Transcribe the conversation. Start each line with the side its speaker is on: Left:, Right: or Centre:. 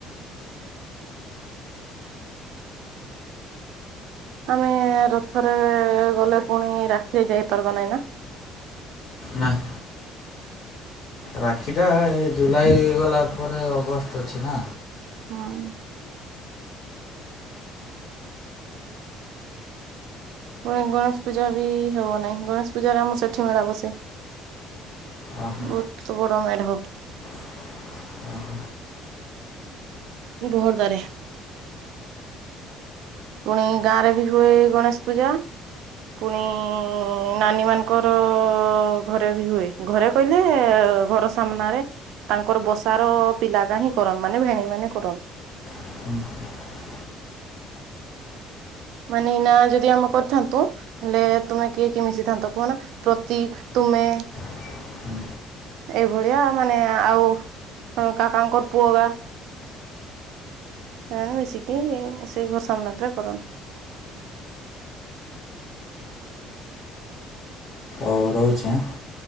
Right: ଆମେ ରଥରେ ଗଲେ ପୁଣି ରାକ୍ଷୀରେ ଯାଇପାରବ ନାଇଁ ନା?
Left: ନାଇଁ। ରାକ୍ଷୀଟା ଏ ଜୁଲାଇ ଗଲା ପରେ ଅଗଷ୍ଟ ଅଛି ନା।
Right: ହୁଁ। ପୁଣି ଗଣେଶ ପୂଜା ବି ହେବ ନାଇଁ ଗଣେଶ ପୂଜାରେ ଆମ ସେଠି ମେଳା ବସେ।
Left: ଓହୋ
Right: ବହୁତ ବଡ଼ ମେଢ଼।
Left: <inaudible>
Right: ବହର୍ ଦାରେ। ପୁଣି ଗାଁ ରେ ବି ହୁଏ ଗଣେଶ ପୂଜା। ପୁଣି ନାନୀ ମାନଙ୍କର ଘରେ ବି ହୁଏ ଘରେ କହିଲେ ଘର ସାମ୍ନାରେ ତାଙ୍କର ବର୍ଷା ର ପିଲା ନାହିଁ କରନ୍ ମାନେ ଭେଣୀଇ ମାନେ କରନ୍।
Left: <inaudible>
Right: ମାନେ ଏଇନା ଯଦି ଆମେ କରିଥାନ୍ତୁ ହେଲେ ତୁମେ କିଏ କିଏ ମିଶିଥାନ୍ତ କୁହନା ପ୍ରତି ତୁମେ
Left: <inaudible>
Right: ଏଇଭଳିଆ ମାନେ ଆଉ କାକାଙ୍କ ପୁଅ ଗା ମାନେ ମିଶିକି ସେଇ ଘର ସାମ୍ନା ଟାରେ କରନ୍।
Left: ଆଉ ରହୁଛି।